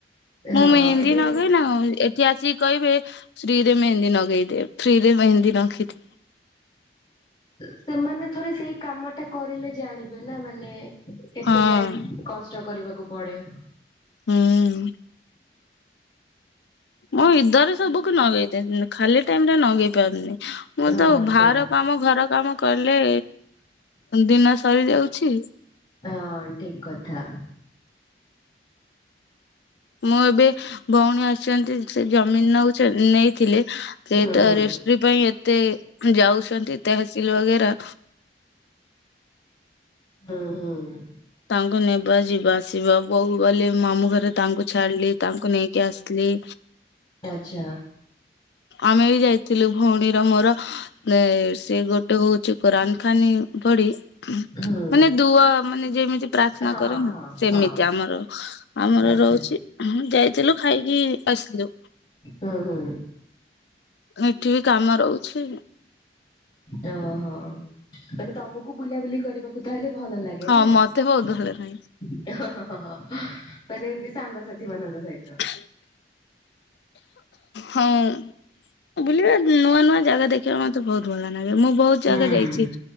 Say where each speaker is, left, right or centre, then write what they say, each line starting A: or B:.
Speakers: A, on the left; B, on the left.
A: ହଁ
B: ମୁଁ ମେହେନ୍ଦୀ
A: ଏବେ
B: ନଗେଇନା ଏ ସେ ଆସିକି କହିବେ ଫ୍ରୀ ରେ ମେହେନ୍ଦୀ ନଗେଇ ଦେ, ଫ୍ରି ରେ ମେହେନ୍ଦୀ ନଗେଇ ଦେ।
A: ସେମାନେ ଥରେ ସେଇ କାମ ଟା କରିଲେ ଜାଣିବେ ନା ମାନେ କେତେ
B: ହଁ
A: କଷ୍ଟ କରିବାକୁ ପଡେ।
B: ହୁଁ। ମୋ ଇଦରେ ସବୁକୁ ନଗେଇଦେନ, ଖାଲି ଟାଇମ୍ ରେ ନଗେଇ ପାରୁନି। ମୁଁ
A: ହଁ
B: ତ ଭାହାର
A: ସେ
B: କାମ ଘର କାମ କଲେ ଦିନ ସରି ଯାଉଛି।
A: ହଁ ଠିକ କଥା।
B: ମୁଁ ଏବେ ଭଉଣୀ ଆସିଛନ୍ତି, ସେ ଜମିନ୍ ନଉଛ, ନେଇଥିଲେ ସେଟା
A: ହୁଁ ହୁଁ
B: ରେଷ୍ଟ୍ରି ପାଇଁ ଏ ତେ ଯାଉଛନ୍ତି ତହସିଲ ବଗେରା।
A: ହଁ, ହୁଁ।
B: ତାଙ୍କୁ ନେବା ଯିବା ଆସିବା ବୋଉ ଗଲେ ମାମୁଁ ଘରେ ତାଙ୍କୁ ଛାଡିଲି, ତାଙ୍କୁ ନେଇକି ଆସିଲି।
A: ଆଚ୍ଛା।
B: ଆମେ ବି ଯାଇଥିଲୁ ଭଉଣୀର ମୋର, ନେ-ସେ ଗୋଟେ ହଉଛି କୋରାନ ଖାନି ପଢି ମାନେ
A: ହୁଁ
B: ଦୁଆ ମାନେ ଯେମିତି ପ୍ରାର୍ଥନା
A: ହଁ
B: କରେ ନା
A: ହଁ
B: ସେମିତି
A: ହଁ
B: ଆମର। ଆମର
A: ଆଚ୍ଛା ଆଚ୍ଛା
B: ରହୁଛି, ଯାଇଥିଲୁ ଖାଇକି ଆସିଲୁ।
A: ହଁ, ହଁ।
B: ଏଠି ବି କାମ ରହୁଛି।
A: ଓହୋ, ମାନେ ତୋମକୁ ବୁଲାବୁଲି କରିବା କୁ ତାହେଲେ ଭଲ ଲାଗେ
B: ହଁ
A: ନା? ଏ
B: ମତେ ବହୁତ ଭଲ ନାହିଁ
A: ହୋ, ହୋ, ହୋ, ହୋ ତାନେ ଏମିତି ସାଙ୍ଗସାଥି ମାନଙ୍କ ସହିତ।
B: <inaudible> ହଁ ଓ ବୁଲିବେ ନୂଆ ନୂଆ ଜାଗା ଦେଖିବା ମୋତେ ବହୁତ ଭଲ ନାଗେ। ମୁଁ ବହୁତ
A: ହୁଁ
B: ଜାଗା ଯାଇଚି।